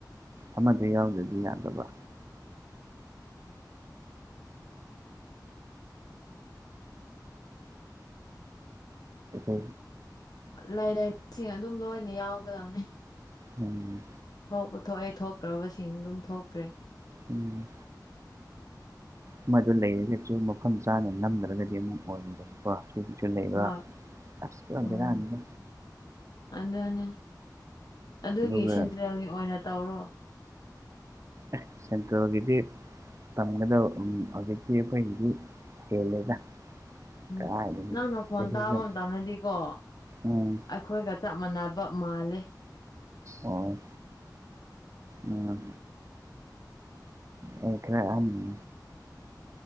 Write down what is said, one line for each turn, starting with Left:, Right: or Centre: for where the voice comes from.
Right: ꯑꯃꯗ ꯌꯥꯎꯗꯗꯤ ꯌꯥꯗꯕ ꯑ
Left: ꯂꯥꯏ ꯂꯥꯏꯁꯤꯡ ꯑꯗꯨꯝ ꯂꯣꯏꯅ ꯌꯥꯎꯒꯗꯕꯅꯤ
Right: ꯎꯝ
Left: ꯊꯣꯛꯄ ꯊꯣꯛꯑꯦ ꯊꯣꯛꯇ꯭ꯔꯕꯁꯤꯡ ꯑꯗꯨꯝ ꯊꯣꯛꯇ꯭ꯔꯦ
Right: ꯎꯝ ꯑꯃꯗꯨ ꯂꯩꯔꯒꯁꯨ ꯃꯐꯝ ꯆꯥꯅ ꯅꯝꯗ꯭ꯔꯒꯗꯤ ꯑꯃꯨꯛ ꯑꯣꯏꯗꯕꯀꯣ ꯁꯨ ꯂꯩꯕ
Left: ꯍꯣꯏ
Right: ꯑꯁ ꯄꯨꯔꯥ
Left: ꯎꯝ
Right: ꯕꯦꯔꯥꯅꯤꯗ
Left: ꯑꯗꯨꯅꯤ ꯑꯗꯨꯒꯤ
Right: ꯑꯗꯨꯒ
Left: ꯁꯦꯟꯇ꯭ꯔꯦꯜꯒꯤ ꯑꯣꯏꯅ ꯇꯧꯔꯣ
Right: ꯑꯦ ꯁꯦꯟꯇ꯭ꯔꯦꯜꯒꯤꯗꯤ ꯇꯝꯒꯗꯕ ꯍꯧꯖꯤꯛꯇꯤ ꯑꯩꯈꯣꯏꯗꯤ ꯍꯦꯜꯂꯦꯗ
Left: ꯎꯝ
Right: ꯀꯗꯥꯏꯗꯒꯤ
Left: ꯅꯪ ꯅꯈꯣꯟ
Right: ꯆꯍꯤꯗꯣ
Left: ꯇꯥꯕ ꯃꯇꯝꯗꯗꯤꯀꯣ
Right: ꯎꯝ
Left: ꯑꯩꯈꯣꯏꯒ ꯆꯞ ꯃꯥꯟꯅꯕ ꯃꯥꯂꯦ
Right: ꯑꯣ ꯎꯝ ꯑꯩ ꯈꯔ ꯑꯍꯟꯅꯤ